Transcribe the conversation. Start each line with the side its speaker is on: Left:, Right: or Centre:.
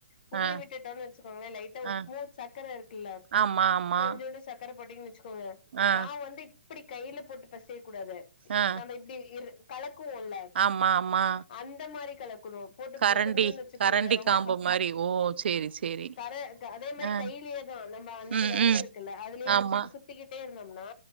Left: குதுர
Right: ஆ
Left: விட்டுட்டோம்னு வச்சுக்கோங்களேன் லைட்டா உப்பு
Right: ஆ
Left: சக்கர இருக்குல்ல
Right: ஆமா ஆமா
Left: கொஞ்சோண்டு சக்கர போட்டிண் வச்சுக்கோங்க
Right: ஆ
Left: மா வந்து இப்டி கைல போட்டு பெச கூடாது
Right: ஆ
Left: நம்ம இர் கலக்குவோம்ல
Right: ஆமா ஆமா
Left: அந்த மாரி கலக்கணும் போட்டு
Right: கரண்டி
Left: பெசஞ்சன்னு வச்சிகோங்கள
Right: கரண்டி
Left: ரொம்ப
Right: காம்பு
Left: ஹா
Right: மாரி ஓ சேரி சேரி
Left: கர அதே மாரி
Right: ஆ
Left: கைலயே தா நம்ம அஞ்சு
Right: ம்
Left: வெரல்
Right: ம்
Left: இருக்குல்ல அதுலயே
Right: ஆமா
Left: வச்சு சுத் திகிட்டே இருந்தோம்னா